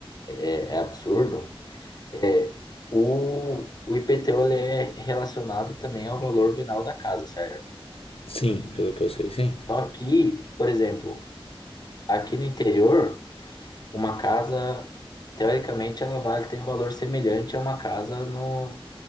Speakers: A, on the left (about 45°); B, on the left (about 75°).
A: é, é absurdo, é o, o IPTU ele é relacionado também ao valor venal da casa, certo?
B: Sim, pelo que eu sei, sim.
A: Só que, por exemplo, aqui no interior, uma casa, teoricamente, ela vale, tem um valor semelhante a uma casa no,